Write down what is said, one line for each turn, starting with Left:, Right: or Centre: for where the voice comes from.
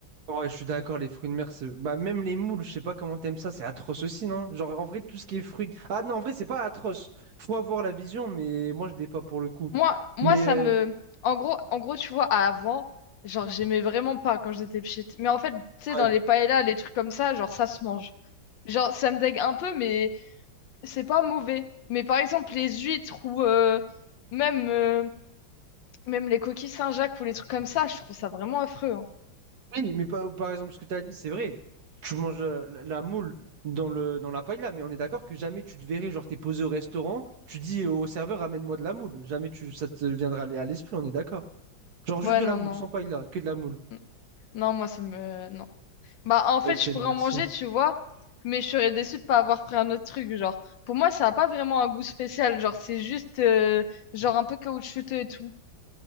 Right: Ouais, je suis d'accord, les fruits de mer, c'est... Bah, même les moules, je sais pas comment t'aimes ça, c'est atroce aussi, non? Genre, en vrai, tout ce qui est fruits... Ah non, en vrai, c'est pas atroce. Faut avoir la vision, mais moi, je l'ai pas pour le coup.
Left: Moi, moi,
Right: Mais,
Left: ça
Right: euh,
Left: me. En gros, en gros, tu vois, avant, genre, j'aimais vraiment pas quand j'étais petite. Mais en fait, tu sais,
Right: ouais.
Left: dans les paellas, les trucs comme ça, genre, ça se mange. Genre, ça me dégue un peu, mais c'est pas mauvais. Mais par exemple, les huîtres ou euh, même, euh, même les coquilles Saint-Jacques ou les trucs comme ça, je trouve ça vraiment affreux. hein.
Right: Oui, mais pa- par exemple, ce que t'as dit, c'est vrai. Tu manges euh, la la moule dans le, dans la paella, mais on est d'accord que jamais tu te verrais, genre, t'es posé au restaurant, tu dis au serveur, ramène-moi de la moule. Jamais tu... ça te viendra à l'esprit, on est d'accord. Genre, juste
Left: Ouais,
Right: de
Left: non,
Right: la moule,
Left: non.
Right: sans paella, que de la moule.
Left: N- Non, moi, ça me. Non. Bah, en fait,
Right: Ok,
Left: je pourrais
Right: merci.
Left: en manger, tu vois, mais je serais déçue de pas avoir pris un autre truc, genre. Pour moi, ça a pas vraiment un goût spécial, genre, c'est juste, euh, genre, un peu caoutchouteux et tout.